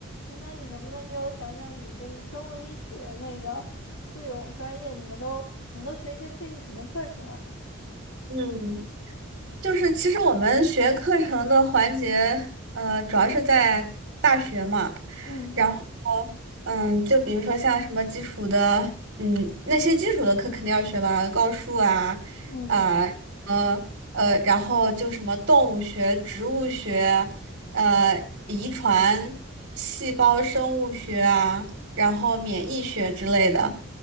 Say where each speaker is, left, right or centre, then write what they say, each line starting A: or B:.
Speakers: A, on the left; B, on the right.
A: 诶，那你能不能给我讲讲你就是生物医学那个这种专业，你们都你们都学一些具体什么课程啊？
B: 嗯，就是其实我们学课程的环节，呃，主要是在大学嘛，
A: 嗯
B: 然后，嗯，就比如说像什么基础的，嗯，那些基础的课肯定要学了，高数啊，
A: 嗯
B: 啊、呃，呃，然后就什么动物学、植物学，呃，遗传、细胞生物学啊，然后免疫学之类的。